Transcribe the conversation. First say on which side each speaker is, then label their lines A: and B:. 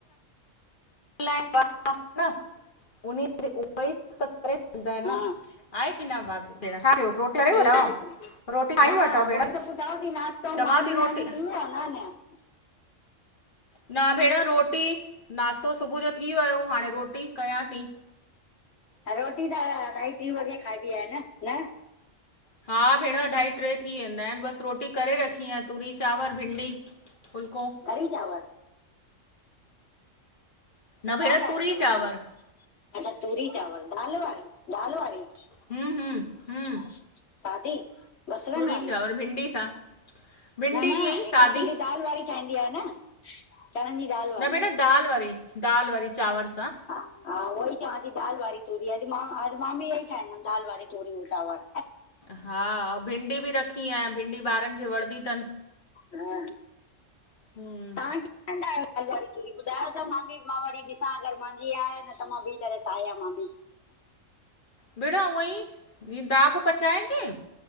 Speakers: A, on the left (about 40°); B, on the left (about 60°).
A: <unintelligible> <unintelligible>
B: हा, ठीकु न
A: खाई वठो भेण
B: उहोई त पुछां थी नास्तो
A: चवां
B: पाणी नानी
A: रोटी
B: थी वियव या न?
A: न भेण रोटी नाश्तो सुबुअ जो थी वयो, हाणें रोटी कयां ती।
B: हा रोटी त अढाई ट्रीं वॻे खाइबी आहे न, न?
A: हा भेंण, अढाई ट्रे थी वेंदा हिनि, बसि रोटी करे रखी आहे तूरी, चांवर, भिंडी फुल्को।
B: कढ़ी, चांवर?
A: न
B: छा
A: भेण
B: ठाहियो
A: तूरी
B: था
A: चांवर
B: रोटी? अच्छा तूरी, चांवर, दाल वारी, दाल वारी?
A: हम्म हम्म हम्म
B: सादी बसरनि
A: तूरी,
B: वारी?
A: चावर, भिंडी सां भिंडी
B: न
A: ईअं
B: न
A: ई
B: हिक
A: सादी
B: तूरी दाल वारी ठहींदी आहे न चणनि जी दाल वारी?
A: न भेण दाल वारी दाल वारी चांवर सां
B: हा हा, उहोई चवां ती दाल वारी तूरी आ न अॼु मां, अॼु मां बि इह्योई ठाहींदम दाल वारी तूरी अंउं चांवर
A: हा, भिंडी बि रखी अएं भिंडी ॿारनि खे वणदी तनि।
B: हा।
A: हम्म।
B: तहां किथां ता दाल वारी तूरी ॿुधायो त मां बि, मां वरी ॾिसां अगरि मांजी आहे न त, मां ॿी तरह ता ठाहियां मां बि।
A: भेंण उवंई, जिंह दाग पचाए के